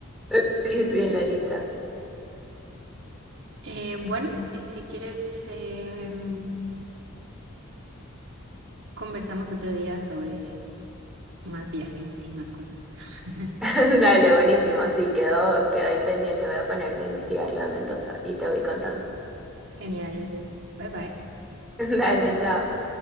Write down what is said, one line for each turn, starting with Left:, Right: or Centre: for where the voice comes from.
Centre: Sí, sí, en la lista.
Right: Eh, bueno, eh, si quieres, em, conversamos otro día sobre más viajes y más cosas. <laughs>
Centre: <laughs> Dale, buenísimo. Sí, quedó, quedó ahí pendiente. Voy a ponerme a investigar lo de Mendoza y te voy contando.
Right: Genial. Bye bye.
Centre: <laughs> Dale, chao.